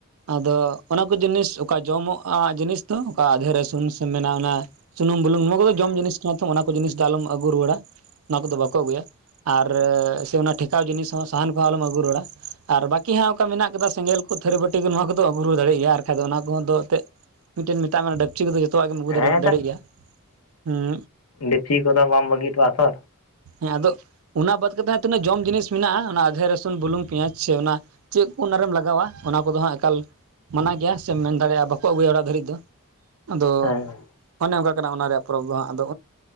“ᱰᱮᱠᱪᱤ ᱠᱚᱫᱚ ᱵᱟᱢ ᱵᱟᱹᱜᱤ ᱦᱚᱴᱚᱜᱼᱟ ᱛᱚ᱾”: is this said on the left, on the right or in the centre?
Left